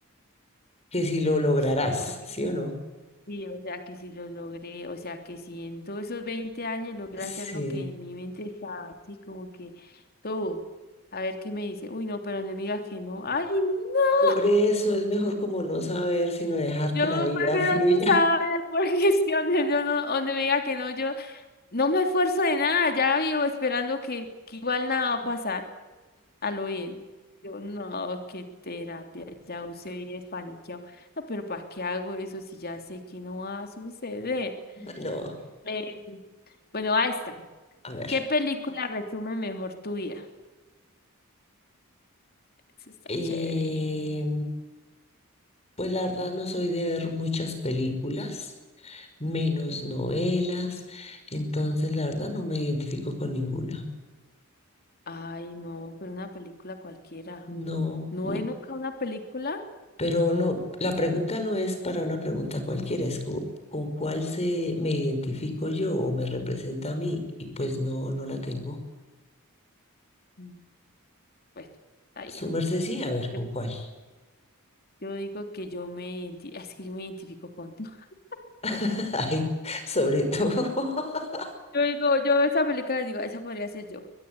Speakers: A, on the left; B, on the left.
A: Que si lo lograrás,
B: Pues como que, ay,
A: ¿sí o no?
B: sí, o sea, que si lo logré, o sea, que si en todos esos 20 años logré
A: Sí.
B: hacer lo que en mi mente estaba, así como que todo. A ver qué me dice. Uy, no, pero no me diga que no. Ay, no.
A: Por eso es mejor como no saber, sino dejar
B: Yo
A: que la vida
B: prefiero
A: fluya.
B: no saber
A: <laughs>
B: <laughs> porque es que yo no, donde me diga que no, yo no me esfuerzo de nada, ya vivo esperando que, que igual nada va a pasar a lo bien. Yo no, qué terapia, ya usted viene paniqueado. No, pero ¿para qué hago eso si ya sé que no va a suceder?
A: No,
B: Eh, bueno, ahí está.
A: a ver.
B: ¿Qué película resume mejor tu vida? Eso está
A: Eh,
B: chévere.
A: pues la verdad no soy de ver muchas películas, menos novelas, entonces la verdad no me identifico con ninguna.
B: Ay, no, pero una película cualquiera.
A: No.
B: ¿No
A: no.
B: ve nunca una película?
A: Pero no, la pregunta no es para una pregunta cualquiera, es cu- con cuál se me identifico yo o me representa a mí, y pues no, no la tengo.
B: Mm, Bueno, está
A: Su merced sí, a ver, ¿con
B: bien.
A: cuál?
B: Yo digo que yo me identi- es que yo me identifico con todo. <laughs>
A: <laughs> Ay, sobre todo. <laughs>
B: Yo digo, yo veo esa película y digo, esa podría ser yo.